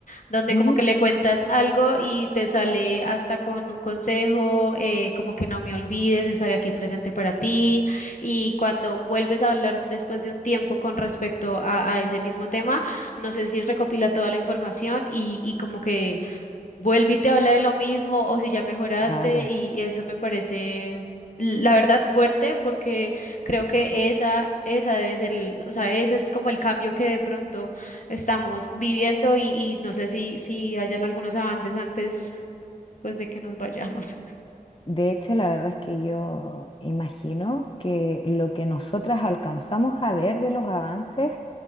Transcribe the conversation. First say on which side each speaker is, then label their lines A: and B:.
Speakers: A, on the left; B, on the left.
A: donde
B: Ujú,
A: como que le cuentas algo y te sale hasta con un consejo, eh, como que no me olvides, estaré aquí presente para ti y cuando vuelves a hablar después de un tiempo con respecto a a ese mismo tema no sé si recopila toda la información y, y como que vuelve y te habla de lo mismo o si ya mejoraste
B: Claro.
A: y eso me parece, la verdad, fuerte porque creo que esa, esa debe ser, el- o sea, ese es como el cambio que de pronto estamos viviendo y, y no sé si, si hayan algunos avances antes pues de que nos vayamos.
B: De hecho, la verdad es que yo imagino que lo que nosotras alcanzamos a ver de los avances